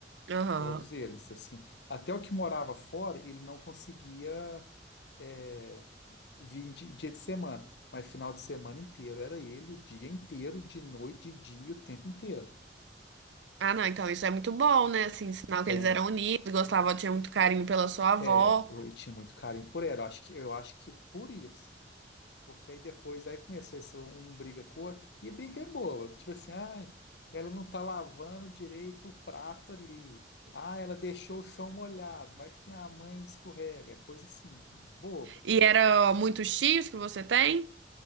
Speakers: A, on the right; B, on the left.
A: Aham.
B: Todos eles, assim. Até o que morava fora, ele não conseguia é, vir de- dia de semana, mas final de semana inteiro era ele, o dia inteiro, de noite, de dia, o tempo inteiro.
A: Ah, não, então isso é muito bom, né? Assim, sinal que
B: É,
A: eles eram unidos, gostavam, tinha muito carinho pela sua avó.
B: é, eu, eu tinha muito carinho por ela. Acho que, eu acho que por isso. Porque aí depois, aí começou isso, um um briga com o outro, e briga é boa, que tipo assim, ai, ela não tá lavando direito o prato ali. Ah, ela deixou o chão molhado, vai que minha mãe escorrega, É coisa assim, boba.
A: E era muitos tios que você tem?